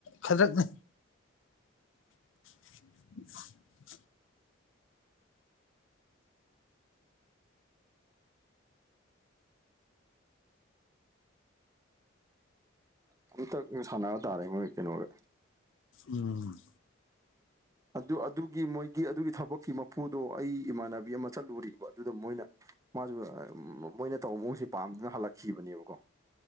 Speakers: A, on the left; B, on the right.
A: ꯈꯗꯔꯛꯅꯦ <inaudible>
B: ꯑꯃꯝꯇ ꯁꯥꯟꯅꯕ ꯇꯥꯔꯦ ꯃꯣꯏ ꯀꯩꯅꯣꯒ
A: ꯎꯝ
B: ꯑꯗꯨ ꯑꯗꯨꯒꯤ ꯃꯣꯏꯒꯤ ꯑꯗꯨꯒꯤ ꯊꯕꯛꯀꯤ ꯃꯄꯨꯗꯣ ꯑꯩ ꯏꯃꯥꯟꯅꯕꯤ ꯑꯃ ꯆꯠꯂꯨꯔꯤꯕ ꯑꯗꯨꯗ ꯃꯣꯏꯅ ꯃꯥꯁꯨ ꯃꯣꯏꯅ ꯇꯧꯕ ꯃꯑꯣꯡꯁꯦ ꯄꯥꯝꯗꯨꯅ ꯍꯜꯂꯛꯈꯤꯕꯅꯦꯕꯀꯣ